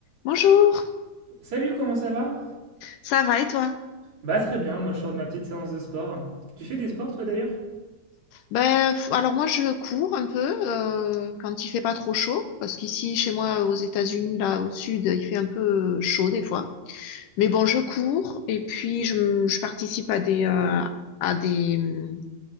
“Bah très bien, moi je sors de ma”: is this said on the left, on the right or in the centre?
Right